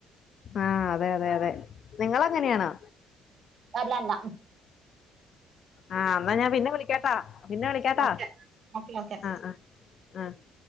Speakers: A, on the left (about 45°); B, on the right (about 45°).
A: ആഹ് അതെ അതെ അതെ. നിങ്ങളങ്ങനെയാണോ?
B: അല്ലല്ല
A: ആഹ് ന്നാ ഞാൻ പിന്നെ വിളിക്കാട്ടാ പിന്നെ വിളിക്കാട്ടാ
B: ഓക്കെ ഓക്കെ ഓക്കെ
A: ആഹ് ആഹ് ആഹ്